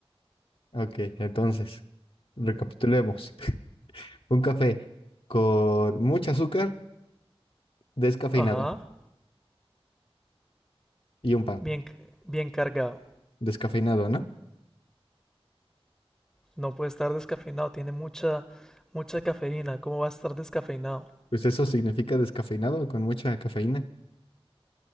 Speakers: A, on the left (about 60°); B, in the centre.
A: Ok, entonces, recapitulemos. <laughs> Un café con mucho azúcar, descafeinado,
B: Ajá,
A: y un pan,
B: bien, c- bien cargado.
A: descafeinado, ¿no?
B: No puede estar descafeinado, tiene mucha, mucha cafeína. ¿Cómo va a estar descafeinado?
A: Pues eso significa descafeinado, con mucha cafeína.